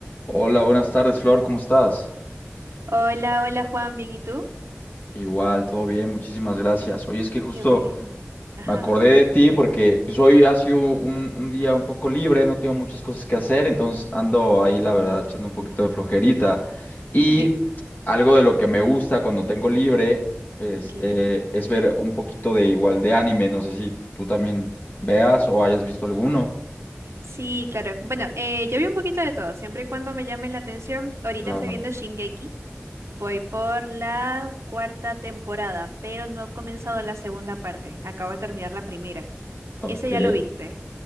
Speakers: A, on the left; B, on the right.
A: Hola, buenas tardes, Flor, ¿cómo estás?
B: Hola, hola Juan, ¿bien y tú?
A: Igual, todo bien, muchísimas gracias. Oye, es que justo
B: Qué bueno. Ajá.
A: me acordé de ti porque pues, hoy ha sido un, un día un poco libre, no tengo muchas cosas que hacer, entonces ando ahí, la verdad, echando un
B: Sí.
A: poquito de flojerita. Y
B: <laughs>
A: algo de lo que me gusta cuando tengo libre, este,
B: Ok.
A: es ver un poquito de igual de anime, no sé si tú también veas o hayas visto alguno.
B: Sí, claro. Bueno, eh, yo vi un poquito de todo, siempre y cuando me llame la atención. Ahorita
A: Claro.
B: estoy viendo Shingeki. Voy por la cuarta temporada, pero no he comenzado la segunda parte. Acabo de terminar la primera.
A: Ok.
B: Ese ya lo viste.